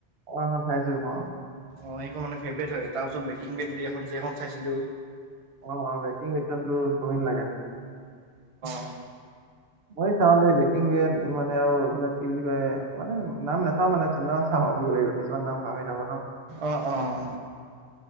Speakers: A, on the right; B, on the right.
A: অ অ, চাইছো অ
B: অ সেইখন মানে ফেভৰেট হয় তাৰ পিছত বেকিং বেট বুলি এ এখন চাইছিলো?
A: অ অ বেকিং মথনটো কম ন লাগে।
B: অঁ
A: মই চাও দ বেকিং মানে আৰু এইবিলাক কি বুলি কয় মানে নাম নাচাও মানে চিনেমাান চাও। অ বুজিব লাগিব কিছুমান নাম পাহৰি থাকো ন।
B: অ' অ'